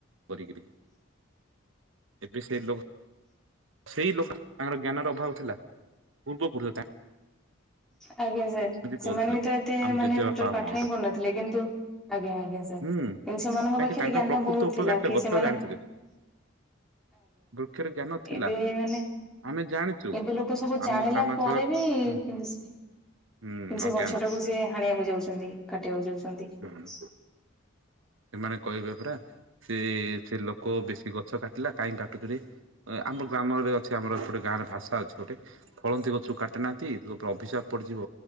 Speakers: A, on the right; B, in the centre.
A: କରିକିରି ଏ ବି ସେ ଲୋ ସେଇ ଲୋକ ତାଙ୍କର ଜ୍ଞାନର ଅଭାବ ଥିଲା ପୂର୍ବ ପୁର ତା
B: ଆଜ୍ଞା ସାର୍ ସେମାନେ
A: କରୁଥିଲେ
B: ବି ତ ଏତେ
A: ଆମ
B: ମାନେ
A: ଜେଜେବାପା
B: ଟୋଟାଲ୍
A: ଅମଳରେ
B: ପାଠ ହିଁ ପଢୁନଥିଲେ କିନ୍ତୁ ଆଜ୍ଞା ଆଜ୍ଞା ସାର୍ କିନ୍ତୁ
A: ହୁଁ
B: ସେମାନଙ୍କ
A: କାହିଁକି
B: ପାଖରେ
A: ତାଙ୍କର
B: ଜ୍ଞାନ
A: ପ୍ରକୃତ
B: ବହୁତ୍
A: ଉପକାରିତା
B: ଥିଲା କି
A: ଗଛରେ
B: ସେମାନେ
A: ଜାଣିଥିଲେ ବୃକ୍ଷରେ ଜ୍ଞାନ ଥିଲା
B: ଏବେ ମାନେ
A: ଆମେ ଜାଣିଛୁ
B: ଏବେ ଲୋକ ସବୁ
A: ଆମ
B: ଜାଣିଲା
A: ଗ୍ରାମାଞ୍ଚଳରେ
B: ପରେ ବି
A: ହୁଁ
B: କିନ୍ତୁ ସେ
A: ହୁଁ ଅଜ୍ଞାନ
B: ଗଛ ଟାକୁ ସେ ହାଣିବାକୁ ଯାଉଛନ୍ତି କାଟିବାକୁ ଯାଉଛନ୍ତି
A: ହୁଁ
B: ହା ଛନ୍ତି
A: ସେମାନେ କହିବେ ପରା ସେ ସେ ଲୋକ ବେଶୀ ଗଛ କାଟିଲା କାଇଁ କାଟୁଛୁ ରେ ଆମ ଗ୍ରାମରେ ଅଛି ଆମର ଏ ପଟେ ଗାଁ ରେ ଭାଷା ଅଛି ଗୋଟେ ଫଳନ୍ତି ଗଛକୁ କଟେନାନ୍ତି ଅଭିଶାପ ପଡ଼ିଯିବ।